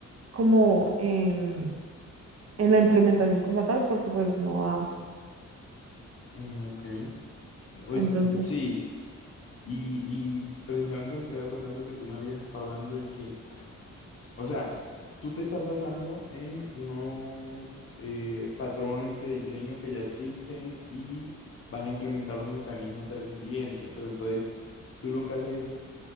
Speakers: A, on the right; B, on the left.
A: como en, en la implementación como tal, porque pues no va.
B: mm, ok. Oye,
A: Entonces,
B: sí, y, y precisamente me estoy acordando que tú me habías estado hablando de que O sea, tú te estás basando en unos eh, patrones de diseño que ya existen y vas a implementar los mecanismos de resiliencia, pero entonces tú lo que haces es